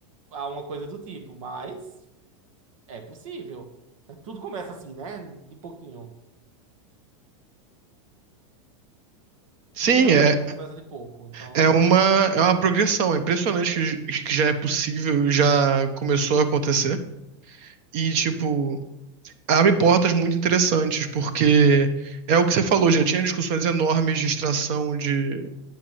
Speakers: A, on the right (about 85°); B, on the right (about 45°).
A: alguma coisa do tipo, mas é possível. É, Tudo começa assim, né? De pouquinho.
B: Sim,
A: Tudo realmente
B: é,
A: começa de pouco. Então,
B: é uma, é uma progressão. É impressionante que, que já é possível, já começou a acontecer. E,
A: uhum.
B: tipo. abre portas muito interessantes, porque é o que você falou, já tinha discussões enormes de extração de